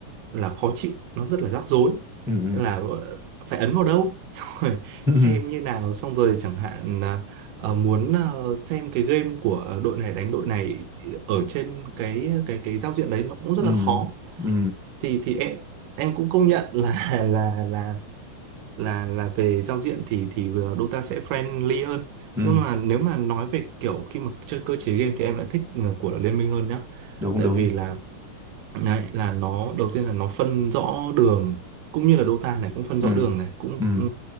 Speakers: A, on the right; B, in the centre.
A: là khó chịu, nó rất là rắc rối.
B: ừ
A: Nên là ờ, phải ấn vào đâu, <laughs> xong rồi
B: ừ
A: xem
B: ừ
A: như nào, xong rồi chẳng hạn là ờ, muốn ờ, xem cái game của đội này đánh đội này ở trên cái cái cái giao diện đấy nó cũng rất
B: ừ
A: là khó.
B: ừ,
A: Thì thì em em cũng công nhận là <laughs> là là là là về giao diện thì thì Dota sẽ friendly hơn
B: ừ,
A: nhưng mà nếu mà nói về kiểu khi mà chơi cơ chế game thì em lại thích ờ, của Liên Minh hơn nhá
B: đúng
A: tại
B: đúng
A: vì là Đấy là nó đầu tiên là nó phân rõ đường cũng như là Dota này cũng phân
B: ừ
A: rõ đường này cũng
B: ừ
A: ừ,